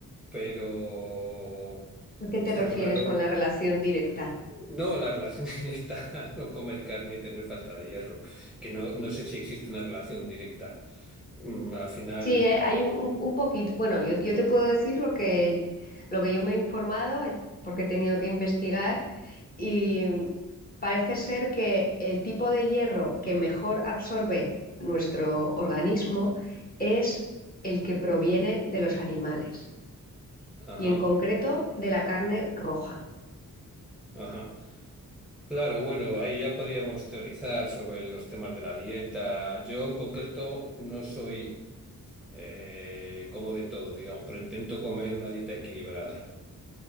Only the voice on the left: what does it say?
¿a qué te
refieres
con la relación directa?
Sí, eh, hay un, un- un poquito. Bueno, yo, yo te puedo decir lo que, lo que yo me he informado eh, porque he tenido que investigar Y parece ser que el tipo de hierro que mejor absorbe nuestro organismo es el que proviene de los animales
y en concreto de la carne roja.